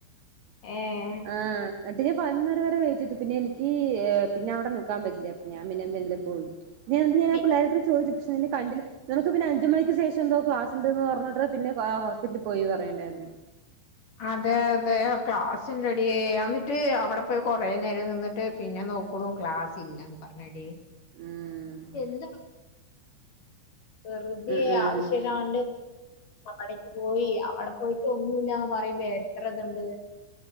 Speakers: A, on the left; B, on the right.
A: ഏഹ്
B: ആ ന്നിട്ട് ഞാൻ പതിനൊന്നര വരെ വെയിറ്റ് ചെയ്തു പിന്നെ എനിക്ക് പിന്നെ അവിടെ നിക്കാൻ പറ്റില്ല അപ്പൊ ഞാൻ പിന്നെ മെല്ലെ പോയി ഞാ എന്നിട്ട്
A: പി-
B: ഞാ പിള്ളാര അടുത്ത് ചോദിച്ചു പക്ഷെ നിന്നെ കണ്ടില നിനക്ക് പിന്നെ അഞ്ച് മണിക്ക് ശേഷം എന്തോ ക്ലാസ്ണ്ട് എന്ന് പറഞ്ഞിട്ട് പിന്നെ ആ ഹോസ്പിറ്റലി പോയി പറയ്ണ്ടായിരുന്നു
A: അതെ അതെ ക്ലാസ്സുണ്ടെടി അന്നിട്ട് അവിടെ പോയി കൊറേ നേരം നിന്നിട്ട് പിന്നെ നോ ക്കുണു ക്ലാസ്സില്ലാന്ന് പറഞ്ഞെടീ
B: ഉം
A: എന്താ വെർതേ
B: ഉം ഉം
A: ആവശ്യല്ലാണ്ട് അവടെക്ക് പോയി അവിടെ പോയിട്ട് ഒന്നുംല്ലാന്ന് പറയുമ്പ എത്രത്ണ്ട്